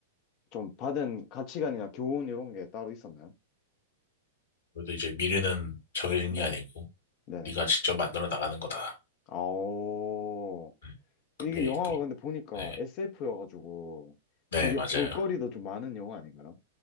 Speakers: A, on the left (about 40°); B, on the left (about 65°).
A: 좀 받은 가치관이나 교훈 이런 게 따로 있었나요?
B: 그래도 이제 미래는 정해진
A: 네.
B: 게 아니고,
A: 네네.
B: 네가 직접 만들어 나가는 거다.
A: 아오.
B: 음, 그게
A: 이게 영화가
B: 있
A: 근데 보니까
B: 네.
A: SF여가지고
B: 네,
A: 되게
B: 맞아요.
A: 볼거리도 좀 많은 영화 아닌가요?